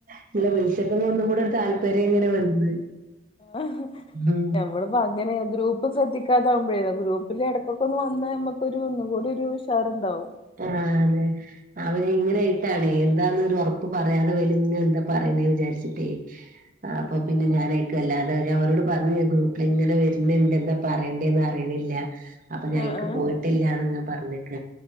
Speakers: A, on the right; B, on the left.
A: ഇങ്ങളെ വിളിച്ചപ്പൊ ഒന്നുകൂടെയൊരു താല്പര്യമിങ്ങനെ വന്ന്.
B: ആഹ്
A: ഉം
B: ഞമ്മള് അപ്പൊ അങ്ങനെ ഗ്രൂപ്പ് ശ്രദ്ധിക്കാതാവുമ്പഴേ ഗ്രൂപ്പില് എടക്കൊക്കെ ഒന്ന് വന്ന് ഞമ്മക്കൊരു ഒന്നുംകൂടി ഒരു ഉ ഷാറ്ണ്ടാവും.
A: ആഹ് ലെ അവര് ഇങ്ങനേയിട്ടാണെ, എന്താന്ന് ഒര് ഒറപ്പ് പറയാതെപ്പൊ അയില് ഇങ്ങനെ എന്താ പറയണേ വിചാരിച്ച്ട്ടേ. ആഹ് അപ്പൊ പിന്നെ ഞാനൈ നല്ലാതെ ഞാൻ ഓരോട് പർഞ്ഞ്‌ ഗ്രൂപ്പിലിങ്ങനെ വര്ന്ന്ണ്ട് എന്താ പറേണ്ടേന്ന് അറിണില്ല അപ്പ ഞാ
B: ആഹ്
A: അയിക്ക്
B: ആഹ് ആഹ്
A: പോയിട്ടില്ലാന്നങ്ങ് പറഞ്ഞക്ക.